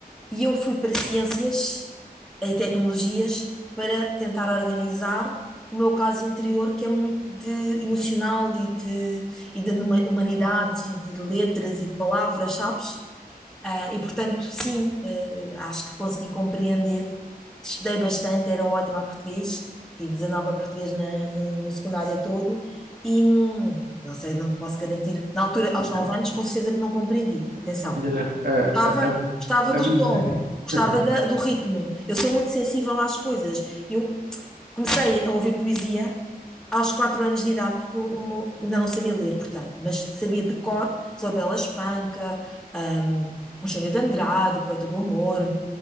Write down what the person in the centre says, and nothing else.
e eu fui para ciências e tecnologias para tentar organizar o meu caso interior, que é muito de emocional e de, e de huma- humanidades e de letras e de palavras, sabes? Ah, e portanto, sim, eh, acho que consegui compreender. Estudei bastante, era ótima a português, tive 19 a português na- no, no secundário todo e hum, não sei, não te posso garantir. Na altura, aos
9 anos, com certeza que não compreendi. Atenção,
gostava,
gostava
do
som, gostava
da- do ritmo. Eu sou muito sensível às coisas. Eu comecei a ouvir poesia aos quatro anos de idade, porque o meu- ainda não sabia ler, portanto, mas sabia de cor Flabela Espanca, um, Eugênio de Andrade, o Poeta do Amor,